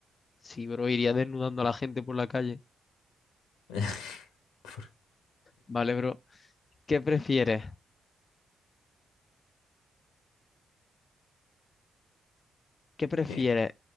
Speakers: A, on the left; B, on the left.
A: sí, bro, iría desnudando a la gente por la calle.
B: <laughs> ¿Por
A: Vale, bro. ¿Qué prefieres? ¿Qué prefieres?
B: qué?